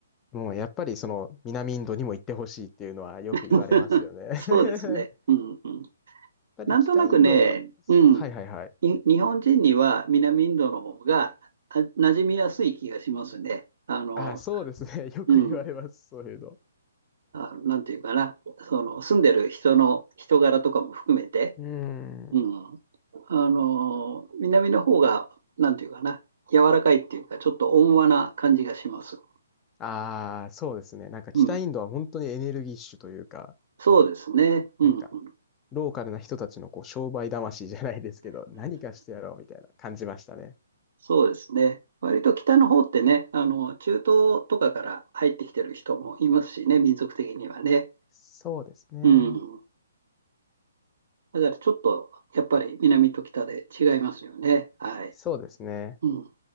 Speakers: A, on the left; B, on the right.
A: もうやっぱりその南インドにも行ってほしいっていうのはよく言われますよね。
B: <laughs>
A: <laughs> や
B: そうですね。
A: っ
B: うんうん。
A: ぱり北インドは、
B: なんとなくね、うん、
A: はいはいはい。
B: に日本人には南インドの方があ馴染みやすい気がしますね。あの、
A: ああ、そうですね。<laughs> よく言われます、
B: うん。
A: そういうの。
B: あ、なんていうかな。その、住んでる人の人柄とかも含めて、
A: うん。
B: うん。あの、南の方が、なんていうかな。柔らかいっていうか、ちょっと温和な感じがします。
A: ああ、そうですね。なんか北インドは本当にエネルギッシュというか、
B: うん。そうですね。うん、
A: なんか
B: <laughs> うん。
A: ローカルな人たちのこう商売魂じゃないですけど、何かしてやろうみたいな感じましたね。
B: そうですね。割と北の方ってね、あの、中東とかから入ってきてる人もいますしね、民族的にはね。
A: そうですね。
B: うん。だからちょっと、やっぱり南と北で違いますよね。はい。
A: そうですね。
B: うん。